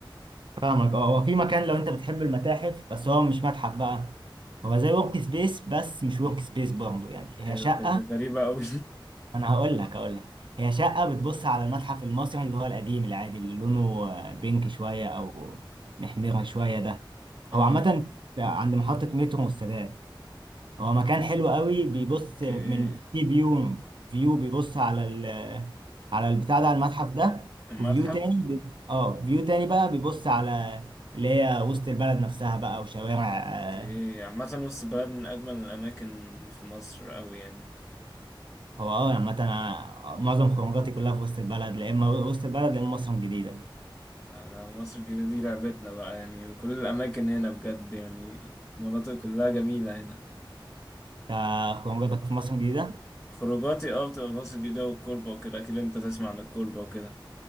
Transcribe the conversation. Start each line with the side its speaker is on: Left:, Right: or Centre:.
Right: فاهمك اه هو في مكان لو انت بتحب المتاحف بس هو مش متحف بقى هو زي ورك سبيس بس مش ورك سبيس برضه يعني
Centre: آه،
Right: هي شقة
Centre: ده- ده غريبة أوي
Right: انا هقول لك هقول لك هي شقة بتبص على المتحف المصري اللي هو القديم العادي اللي لونه آه، بينك شوية او محمر شوية ده
Centre: <laughs> اه
Right: هو عامة عند محطة مترو والسادات هو مكان حلو قوي بيبص
Centre: اوكي
Right: من في فيو فيو بيبص على ال على البتاع ده على المتحف ده
Centre: المتحف
Right: وفيو تاني بي... اه فيو تاني بقى بيبص على اللي هي وسط البلد نفسها بقى وشوارع
Centre: اوكي
Right: آه،
Centre: عامة وسط البلد من أجمل الأماكن في مصر أوي يعني
Right: هو اه عامة أنا معظم خروجاتي كلها في وسط البلد لا اما وسط البلد لا اما مصر الجديدة
Centre: على مصر الجديدة دي لعبتنا بقى يعني كل الأماكن هنا بجد يعني المناطق كلها جميلة هنا
Right: آه، خروجاتك في مصر الجديدة
Centre: خروجاتي اه بتبقى في مصر الجديدة والكوربة وكده أكيد أنت تسمع عن الكوربة وكده